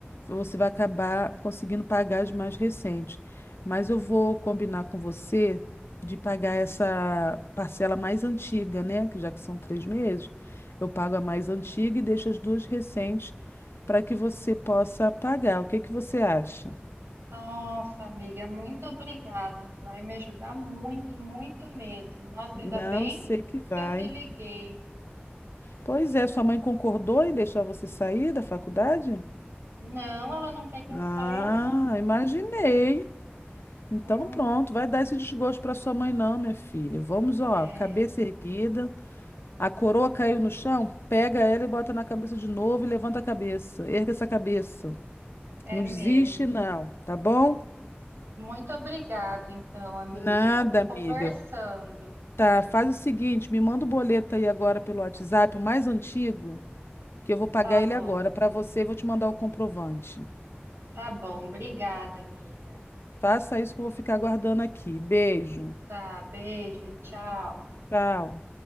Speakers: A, on the left (about 80°); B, on the right (about 85°).
A: você vai acabar conseguindo pagar as mais recentes. Mas eu vou combinar com você de pagar essa parcela mais antiga, né, que já que são três meses, eu pago a mais antiga e deixo as duas recentes para que você possa pagar. O que que você acha?
B: Nossa, amiga, muito obrigada. Vai me ajudar muito, muito mesmo. Nossa,
A: Não
B: ainda bem
A: sei que vai.
B: que eu te liguei.
A: Pois é, sua mãe concordou em deixar você sair da faculdade?
B: Não, ela não quer que eu
A: Ah,
B: saia, não.
A: imaginei. Então
B: Uhum,
A: pronto, vai dar esse desgosto para sua mãe não, minha filha. Vamos, ó,
B: É,
A: cabeça erguida. A coroa caiu no chão, pega ela e bota na cabeça de novo e levanta a cabeça. Erga essa cabeça.
B: é
A: Não
B: mesmo.
A: desiste, não, tá bom?
B: Muito obrigado, então, amiga.
A: Nada,
B: Vamos conversando.
A: amiga. Tá, faz o seguinte, me manda o boleto aí agora pelo WhatsApp, o mais antigo. que eu vou pagar
B: Tá bom,
A: ele agora para você e vou te mandar o comprovante.
B: tá bom. Obrigada, amiga.
A: Faça isso que eu vou ficar aguardando aqui. Beijo.
B: Tá, beijo, tchau.
A: Tchau.